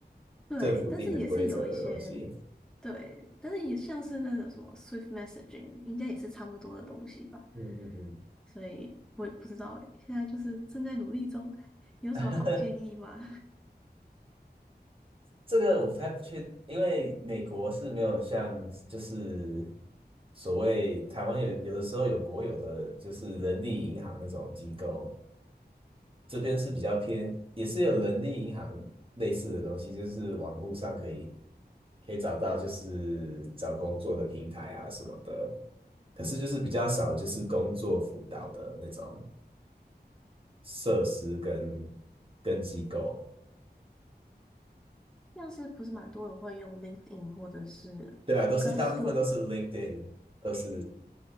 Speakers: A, in the centre; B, on the right.
A: 对，
B: 政府定的规则的东西。
A: 但是也是有一些对，但是也像是那种什么 Swift messaging，应该也是差不多的东西吧。
B: 嗯嗯嗯。
A: 所以我也不知道诶，现在就是正在努力中，<laughs> 有什么好建议吗？
B: <laughs> 这个我还不确，因为美国是没有像就是所谓台湾有有的时候有国有的就是人力银行那种机构，这边是比较偏，也是有人力银行类似的东西，就是网络上可以可以找到就是找工作的平台啊什么的，可是就是比较少就是工作辅导的那种设施跟跟机构，
A: 像是不是蛮多人会用 LinkedIn 或者是
B: 对啊，都是大部分都是
A: Glassdoor 嘛
B: LinkedIn。都是